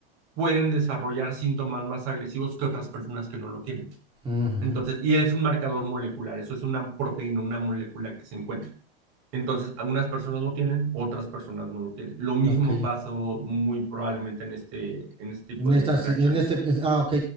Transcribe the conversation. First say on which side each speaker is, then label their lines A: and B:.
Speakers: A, on the right; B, on the right.
A: pueden desarrollar síntomas más agresivos que otras personas que no lo tienen.
B: ujú.
A: Entonces, y es un marcador molecular, eso es una proteína, una molécula que se encuentra. Entonces, algunas personas lo tienen, otras personas no lo tienen. Lo mismo
B: Ok.
A: pasó muy probablemente en este, en este tipo
B: En
A: de
B: esta,
A: reacciones.
B: sí- en este, que- ah, ok.